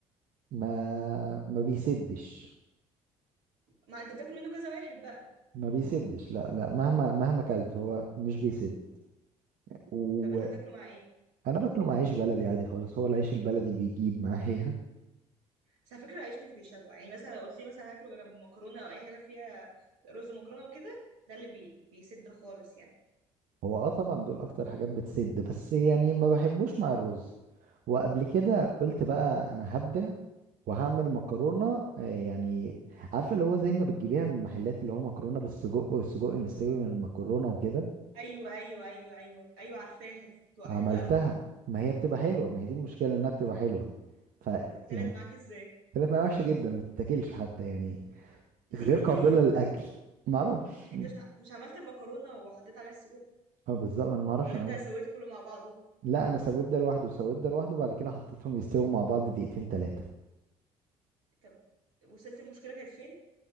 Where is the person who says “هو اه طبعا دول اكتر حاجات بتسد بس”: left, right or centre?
Right